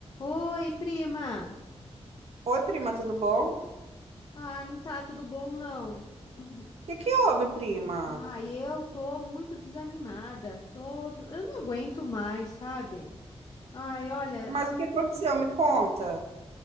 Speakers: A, on the left (about 35°); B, on the right (about 70°).
A: Oi, prima.
B: Oi, prima, tudo bom? O
A: Ah, não tá tudo bom, não. <laughs>
B: que que houve, prima?
A: Ah, eu tô muito desanimada. Tô, eu não aguento mais, sabe? Ai, olha,
B: Mas o que aconteceu? Me conta.